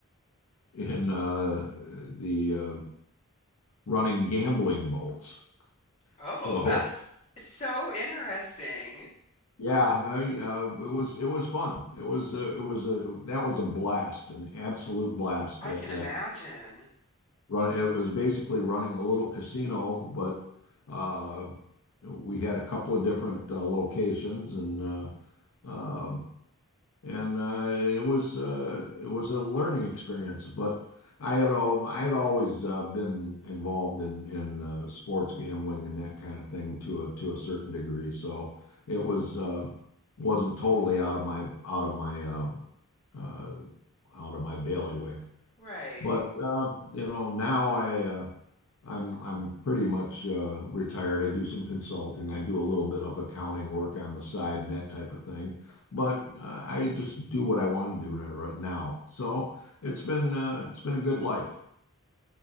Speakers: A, on the left (about 80°); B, on the left (about 30°).
A: in uh, the uh, running gambling boats.
B: Oh,
A: So
B: that's so interesting.
A: yeah, I, uh, it was it was fun. It was uh, it was a that was a blast, an absolute blast.
B: I
A: That
B: can
A: that
B: imagine.
A: run it was basically running a little casino, but uh, we had a couple of different uh, locations, and uh, uh, and uh, it was uh, it was a learning experience. But I had al I had always uh, been involved in in uh, sports gambling and that kind of thing to a to a certain degree, so it was uh, wasn't totally out of my out of my uh, uh, out of my bailiwick.
B: Right.
A: But uh, you know, now I uh, I'm I'm pretty much uh, retired. I do some consulting. I do a little bit of accounting work on the side and that type of thing. But
B: Mm hmm.
A: uh, I just do what I want to do right, right now. So it's been uh, it's been a good life.